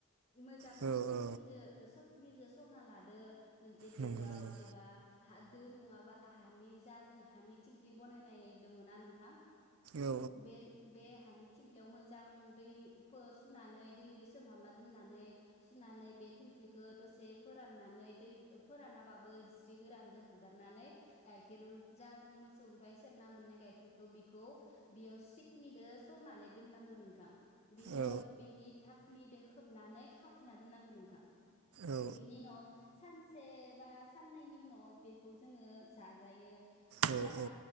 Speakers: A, on the left; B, on the right.
A: मोजां
B: औ
A: सिखिनिदो
B: औ
A: निजो सरना लादो मोनसे
B: नंगौ
A: दोआव
B: नंगौ
A: एबा हा दो नङाबा हानि जा जों हानि थिंख्लि बानायनाय दङ ना नोंथां?
B: औ
A: बे बे हानि थिंख्लियाव मोजां दै फो सुनानै दैजों सोमहाबना दोननानै सुनानै बे थिंख्लिखौ दसे फोराननानै दै फोरानाबाबो हिस्रि गोरानजों हुगारनानै गाइखेर जाजों मोसौनिफ्राय सेरना मोननाय गाइखेरखौ बेखौ बेयाव सिकनिजों सरनानै दोननांगौ नोंथां। बेनि
B: औ
A: उनाव बेनि थकनिजों खोबनानै खाथेना दोननांगौ नोंथां।
B: औ
A: बेनि उनाव सान से बा साननैनि उनाव बेखौ जोङो जाजायो सिरा
B: औ औ